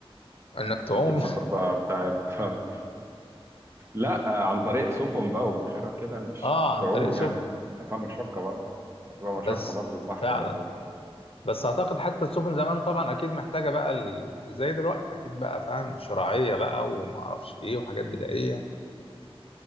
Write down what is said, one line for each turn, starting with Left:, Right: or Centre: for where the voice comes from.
Left: إنك تعوم
Right: سكة
Left: <laughs>
Right: سفر بقى بتاعت <laughs> لا آه، عن طريق سفن بقى وباخرة وكده مش
Left: آه
Right: مش
Left: عن
Right: تعوم
Left: طريق سفن
Right: يعني فيها مشقة برضه هتبقى مشقة
Left: بس
Right: برضه البحر
Left: فعلا
Right: غدار
Left: بس أعتقد حتى السفن زمان طبعا أكيد محتاجة بقى ال- زي دلوقتي أكيد بقى فاهم شراعية بقى ومعرفش إيه وحاجات بدائية